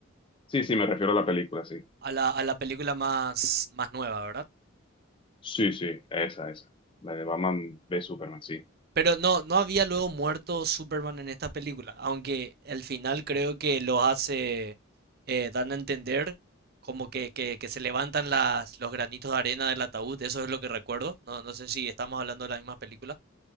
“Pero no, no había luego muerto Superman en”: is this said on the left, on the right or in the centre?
Right